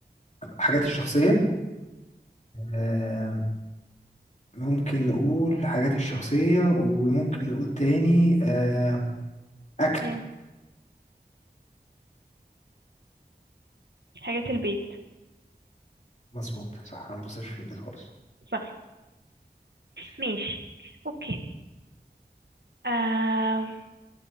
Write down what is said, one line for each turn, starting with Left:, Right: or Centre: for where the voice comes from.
Left: حاجات الشخصيه أه ممكن نقول حاجات الشخصيه وممكن نقول تاني أه اكل
Right: امم حاجات البيت
Left: مظبوط صح انا ما بصرفش في البيت خالص
Right: صح
Left: ماشي
Right: ماشي اوكي آم،